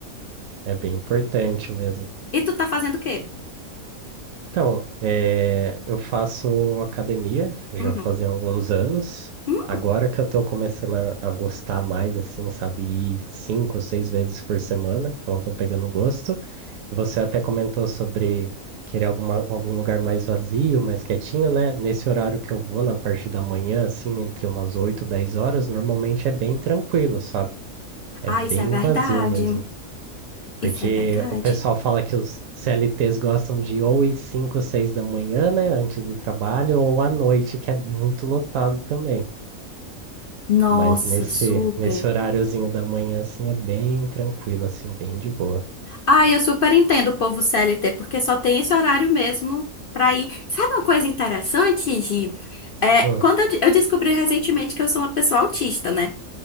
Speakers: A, on the right; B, on the left.
A: É bem importante mesmo.
B: E tu tá fazendo o quê?
A: Então, eh, eu faço academia já
B: Uhum.
A: fazem alguns anos.
B: Hum.
A: Agora que eu tô começando a, a gostar mais, assim, sabe, ir cinco, seis vezes por semana, então tô pegando gosto. Você até comentou sobre querer alguma, algum lugar mais vazio, mais quietinho, né? Nesse horário que eu vou, na parte da manhã, assim, entre umas 8 e 10 horas, normalmente é bem tranquilo, sabe? É
B: Ah,
A: bem
B: isso é verdade.
A: vazio mesmo. Porque
B: Isso é verdade?
A: o pessoal fala que os CLTs gostam de ou ir 5, 6 da manhã, né? Antes do trabalho, ou à noite, que é muito lotado também.
B: Nossa,
A: Mas nesse,
B: super.
A: nesse horáriozinho da manhã, assim, é bem tranquilo, assim, bem de boa.
B: Ah, eu super entendo o povo CLT, porque só tem esse horário mesmo pra ir. Sabe uma coisa interessante, Gi? É,
A: Hum,
B: quando eu, de- eu descobri recentemente que eu sou uma pessoa autista, né?